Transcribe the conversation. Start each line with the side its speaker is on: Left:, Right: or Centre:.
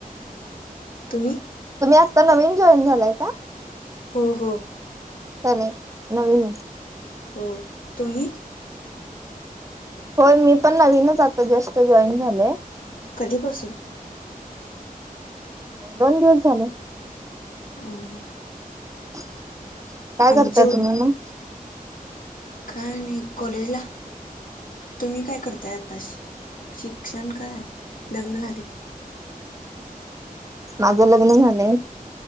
Left: तुम्ही?
Right: तुम्ही आत्ता नवीन जॉईन झालाय का?
Left: हो हो.
Right: लकाय नाही नवीन.
Left: हो तुम्ही?
Right: होय मी पण नवीनच आता जस्ट जॉईन झालेय.
Left: कधी पासून?
Right: दोन दिवस झाले.
Left: अ. <unintelligible>
Right: काय
Left: आमचे
Right: करताय
Left: उद
Right: तुम्ही मग?
Left: काय नाही कॉलेज ला तुम्ही काय करताय आता? शिक्षण काय लग्न झालय?
Right: माझं लग्न झालंय.